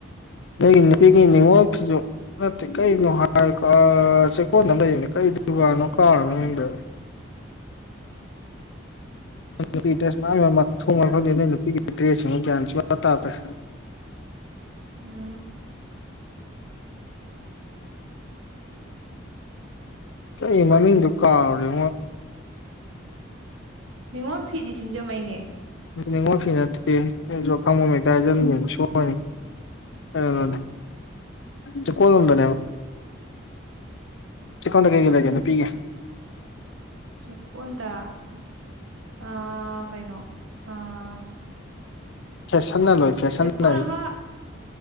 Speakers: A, on the left; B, on the right.
A: ꯅꫭꯏ ꯅꯨꯄꯤꯒꯤ ꯅꯤꯡꯉꫭꯜ ꯐꯤꯖꫭꯜꯗꫭ ꯅꯠꯇꯦ ꯀꯩꯅꯣ ꯍꯥꯏ ꯀꯁꯦ ꯆꯦꯛꯀꫭꯟꯗ ꯂꯩꯕꯅꯤ ꯀꯩ ꯗꯨꯀꯥꯟꯅꯣ ꯀꯧꯔꯦ‌ ꯃꯃꯥꯡꯗꫭ ꯅꯨꯄꯤ ꯗ꯭ꯔꯦꯁ ꯃꯊꯣꯡ ꯈꯪꯗꯦ ꯅꯣꯏ ꯅꯨꯄꯤꯒꯤ ꯗ꯭ꯔꯦꯁꯁꯤ ꯒ꯭ꯌꯥꯟꯁꯨ ꯇꯥꯗ꯭ꯔꯦ
B: ꯎꯝ
A: ꯀꯩ ꯃꯃꯤꯡꯗꫭ ꯀꯥꯎꯔꯤꯃꯣ
B: ꯅꯤꯡꯉꯣꯜ ꯐꯤꯗꯤ ꯁꯤꯡꯖꯃꯩꯅꯦ
A: ꯑꯗꯨ ꯅꯤꯡꯉꯣꯜ ꯐꯤ ꯅꯠꯇꯦ ꯑꯩꯁꯨ ꯑꯈꯪꯕ ꯑꯃꯥ ꯍꯦꯛꯇꯥ ꯍꯥꯖꯟꯈꯤꯕꯅꯤ ꯁꫭꯏꯔꯦ ꯀꯩꯅꫭꯗꯅꯦ ꯆꯦꯛꯀꫭꯟ ꯂꫭꯝꯗꯅꯦ ꯍꯥꯏꯕ ꯆꯦꯛꯀꯣꯟꯗꯗ ꯀꯩ ꯀꯩ ꯂꯩꯒꯦ ꯅꯨꯄꯤꯒꯦ
B: ꯆꯦꯛꯀꯣꯟꯗ ꯑꯥ ꯀꯩꯅꯣ ꯑꯥ
A: ꯐꯦꯁꯟꯅ ꯂꯣꯏ ꯐꯦꯁꯟꯅ
B: ꯆꯦꯛꯀꯣꯟ ꯑꯃ